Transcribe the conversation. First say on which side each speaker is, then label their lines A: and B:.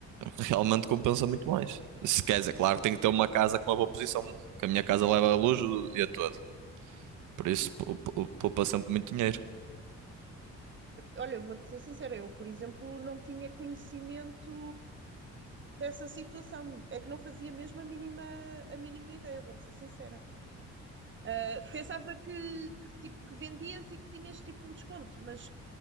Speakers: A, on the right; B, on the right.
A: realmente compensa muito mais. Se queres, é claro que tem que ter uma casa com uma boa posição. Porque a minha casa leva a luz o dia todo. Por isso, pou- pou- poupa sempre muito dinheiro.
B: Olha, vou-te ser sincera, eu, por exemplo, não tinha conhecimento dessa situação. É que não fazia mesmo a mínima, a mínima ideia, vou-te ser sincera. Ah, pensava que, que, tipo, que vendias e que tinhas tipo um desconto, mas